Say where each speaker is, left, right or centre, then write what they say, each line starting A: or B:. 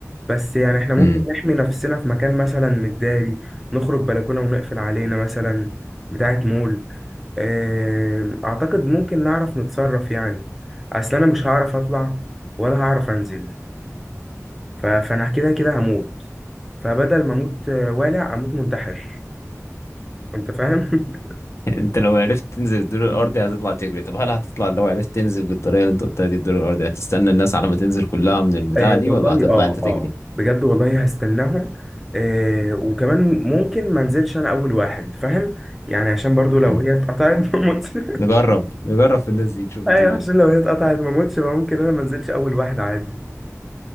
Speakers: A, in the centre; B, on the left.
A: بس يعني احنا ممكن
B: امم
A: نحمي نفسنا في مكان مثلا متداري نخرج بلكونة ونقفل علينا مثلا بتاعة مول آه، اعتقد ممكن نعرف نتصرف يعني اصل انا مش هعرف اطلع ولا هعرف انزل ف... فانا كده كده هموت فبدل ما اموت آه، والع اموت منتحر انت فاهم <laughs>
B: انت لو عرفت تنزل الدور الارضي هتطلع تجري طب هل هتطلع لو عرفت تنزل بالطريقه اللي انت قلتها دي الدور الارضي هتستنى الناس على ما تنزل كلها من البتاعه
A: آه
B: دي
A: والله
B: ولا هتطلع
A: اه
B: انت تجري
A: اه بجد والله هستناهم آه وكمان ممكن ما انزلش انا اول واحد فاهم يعني عشان برضو لو
B: امم
A: هي اتقطعت <laughs> ما اموتش
B: نجرب نجرب في الناس دي تشوف
A: ايوه
B: بتقول
A: عشان
B: ايه
A: لو هي اتقطعت ما اموتش ممكن انا ما انزلش اول واحد عادي